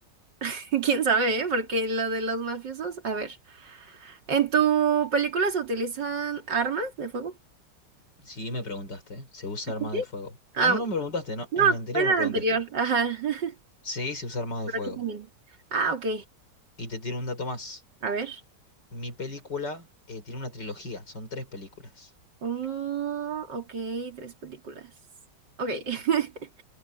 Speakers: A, on the right (about 80°); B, on the left (about 75°).
A: <laughs> quién sabe, ¿eh? Porque lo de los mafiosos. A ver, ¿en tu película se utilizan armas de fuego?
B: Sí, me preguntaste. ¿eh? ¿Se usa
A: Sí.
B: armas de fuego?
A: Ah,
B: Ah, no,
A: bueno.
B: no me preguntaste, no.
A: No,
B: En la anterior
A: fue la
B: me preguntaste.
A: anterior. Ajá. <laughs>
B: Sí, se usa armas
A: Pero
B: de fuego.
A: aquí también. Ah, ok.
B: Y te tiro un dato más.
A: A ver.
B: Mi película eh, tiene una trilogía, son tres películas.
A: Mm, ok, tres películas. Ok. <laughs>